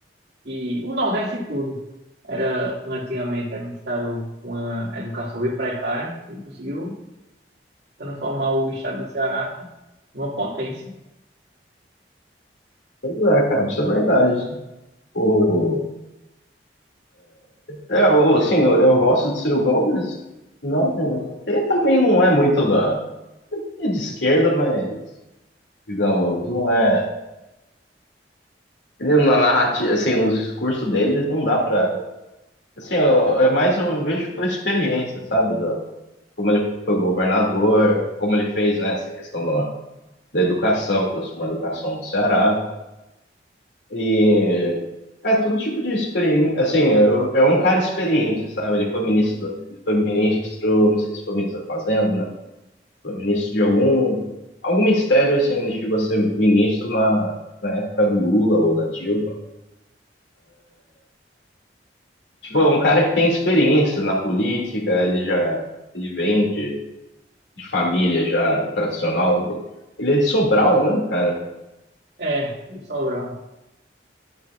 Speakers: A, on the right (about 65°); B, on the left (about 80°).
A: E o Nordeste todo era né, antigamente era um estado com uma educação bem precária e conseguiu transformar o estado do Ceará, né, em uma potência.
B: É, cara, isso é verdade. O, é, o, assim, eu, eu gosto de Ciro Gomes. Não, ele também não é muito da, é de esquerda, mas, digamos, não é. Ele, na narrativa, assim, nos discursos deles, não dá pra Assim, eu, é mais eu vejo pela experiência, sabe? do como ele foi governador, como ele fez, né, essa questão da, da educação, aproximou a educação do Ceará. E é todo tipo de experiência. Assim, eu- é um cara experiente, sabe? Ele foi ministro, ele foi ministro, não sei se foi ministro da Fazenda, não. Foi ministro de algum, algum ministério, assim, ele chegou a ser ministro na, na época do Lula ou da Dilma. Tipo, é um cara que tem experiência na política, ele já, ele vende de família já tradicional Ele é de Sobral, né, cara?
A: É, o Sobral.